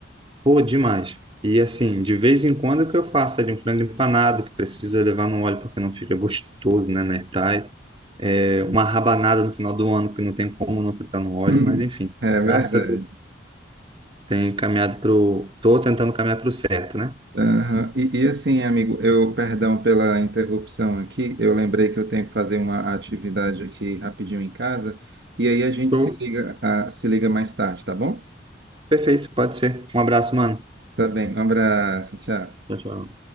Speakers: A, on the right (about 30°); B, on the right (about 60°).
A: Pô, demais. E assim, de vez em quando o que eu faço é de um frango empanado, que precisa levar no óleo porque não fica gostoso, né, na airfry. É, uma rabanada no final do ano, que não tem como não fritar no óleo,
B: <laughs>
A: mas enfim.
B: É verdade.
A: Graças a Deus, tenho caminhado pro... Tô tentando caminhar pro certo, né?
B: Aham. E, e assim, amigo, eu, perdão pela interrupção aqui, eu lembrei que eu tenho que fazer uma atividade aqui rapidinho em casa, e aí a gente
A: Show.
B: se liga, ah, se liga mais tarde, tá bom?
A: Perfeito, pode ser. Um abraço, mano.
B: Tá bem, um abraço, tchau.
A: Tchau, tchau.